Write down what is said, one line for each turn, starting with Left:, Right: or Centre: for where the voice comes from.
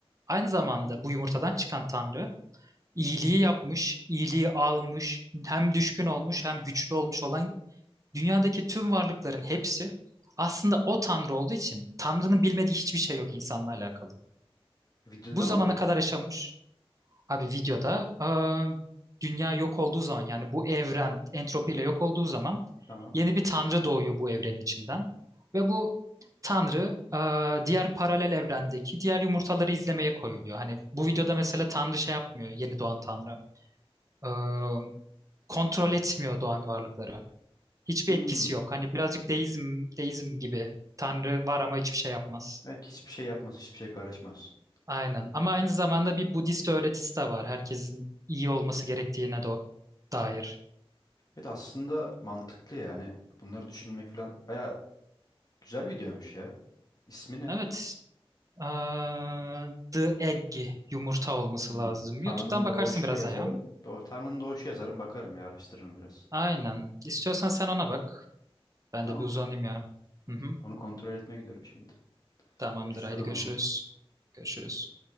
Right: Aynı zamanda bu yumurtadan çıkan Tanrı iyiliği yapmış, iyiliği almış, hem düşkün olmuş hem güçlü olmuş olan dünyadaki tüm varlıkların hepsi aslında o Tanrı olduğu için Tanrı'nın bilmediği hiçbir şey yok insanla alakalı.
Left: Videoda
Right: Bu zamana
Left: ne oluyor?
Right: kadar yaşamış, Abi videoda eee, dünya yok olduğu zaman yani bu evren entropiyle yok olduğu zaman
Left: Tamam.
Right: yeni bir tanrı doğuyor bu evrenin içinden. Ve bu tanrı eee, diğer paralel evrendeki diğer yumurtaları izlemeye koyuluyor. Hani bu videoda mesela tanrı şey yapmıyor yeni doğan tanrı. Eee, kontrol etmiyor doğan varlıkları. Hiçbir
Left: Hmm.
Right: etkisi yok. Hani birazcık deizm, deizm gibi tanrı var ama hiçbir şey yapmaz.
Left: Evet hiçbir şey yapmaz, hiçbir şey karışmaz.
Right: Aynen. Ama aynı zamanda bir Budist öğretisi de var. Herkesin iyi olması gerektiğine de dair.
Left: Evet aslında mantıklı yani. Bunları düşünmek falan baya güzel videoymuş ya. İsmi ne?
Right: Evet. Aa, The Egg yumurta olması
Left: Hmm.
Right: lazım.
Left: Tanrı'nın
Right: YouTube'dan
Left: Doğuşu
Right: bakarsın birazdan
Left: yazarım.
Right: ya.
Left: Do Tanrı'nın Doğuşu yazarım bakarım ya araştırırım biraz.
Right: Aynen. İstiyorsan sen ona bak. Ben
Left: Tamam.
Right: de bir uzanayım ya.
Left: Okey.
Right: Hı hı.
Left: Onu kontrol etmeye gidiyorum şimdi.
Right: Tamamdır.
Left: Görüşürüz
Right: Haydi
Left: o zaman.
Right: görüşürüz. Görüşürüz.